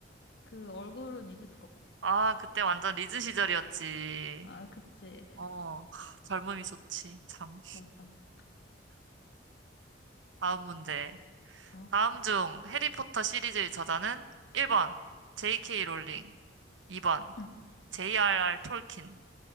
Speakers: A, on the left; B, on the right.
A: 그 얼굴은 잊을 수가 없지.
B: 아, 그때 완전 리즈 시절이었지.
A: 아, 그치.
B: 어, 하, 젊음이 좋지. 참.
A: 맞아.
B: 다음 문제.
A: 어,
B: 다음 중 해리포터 시리즈의 저자는 1번 J.K. 롤링, 2번
A: 응,
B: J.R.R. 톨킨,